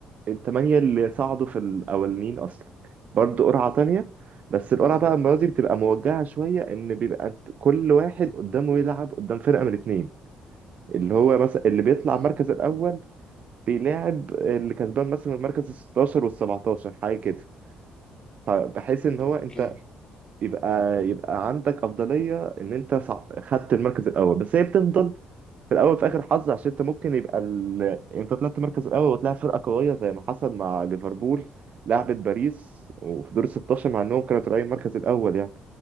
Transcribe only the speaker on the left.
تمام
مم.
اوكي